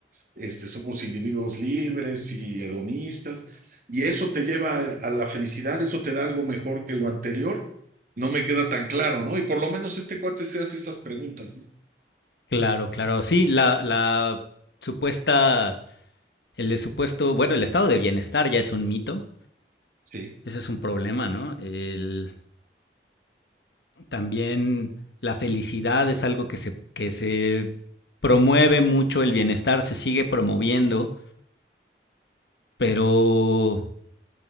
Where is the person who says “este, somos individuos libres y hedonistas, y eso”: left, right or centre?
Right